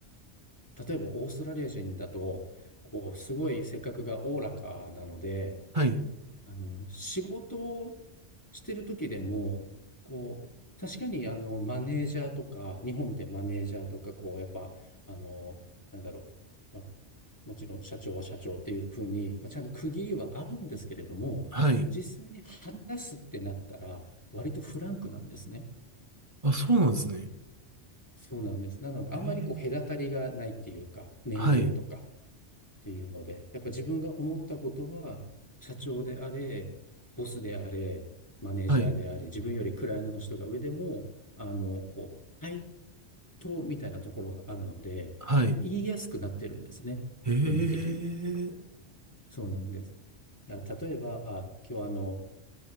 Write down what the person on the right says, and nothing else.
はい、
はい。
あ、そうなんですね。
えー、
はい、
はい、
はい、
えー、